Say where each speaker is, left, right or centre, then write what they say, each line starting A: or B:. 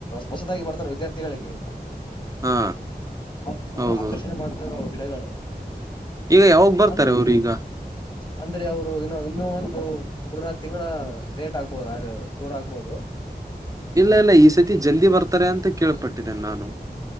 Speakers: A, on the left; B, on the right.
A: ಹೊಸದಾಗಿ ಬರ್ತಾರಲ ವಿದ್ಯಾರ್ಥಿಗಳಿಗೆ
B: ಹಾ
A: ಅವ್ರಿಗೆ ತುಂಬಾ
B: ಹೌದು
A: ಆಕರ್ಷಣೆ ಮಾಡ್ತವೆ ಅವು ಗಿಡಗಳು
B: ಈಗ ಯಾವಾಗ ಬರ್ತಾರೆ
A: ಅಂದ್ರೆ
B: ಅವರು ಈಗ
A: ಅಂದ್ರೆ ಅವರು ಇನ್ನ ಇನ್ನುೂ ಒಂದು ಮೂರ್ನಾಕ್ ತಿಂಗಳ ಲೇಟ್ ಆಗ್ಬೋದು ಅ ದೂರ ಆಗ್ಬೋದು
B: ಇಲ್ಲ ಇಲ್ಲ ಈ ಸತಿ ಜಲ್ದಿ ಬರ್ತಾರೆ ಅಂತ ಕೇಳ್ಪಟ್ಟಿದ್ದೇನೆ ನಾನು